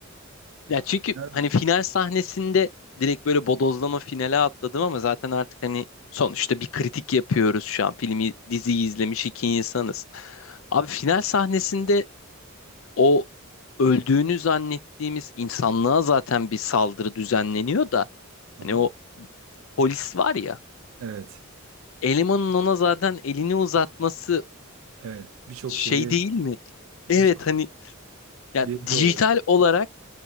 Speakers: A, on the left (about 65°); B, on the right (about 70°).
A: Ya çünkü
B: Güzeldi.
A: hani final sahnesinde direkt böyle bodozlama finale atladım ama zaten artık hani sonuçta bir kritik yapıyoruz şu an. Filmi, diziyi izlemiş iki insanız. Abi final sahnesinde o öldüğünü zannettiğimiz insanlığa zaten bir saldırı düzenleniyor da
B: Aha.
A: hani o polis var ya
B: Evet,
A: elemanın ona zaten elini uzatması
B: evet. Birçok
A: şey
B: şeyi,
A: değil mi?
B: birçok
A: Evet hani ya
B: veriyi
A: dijital
B: o.
A: olarak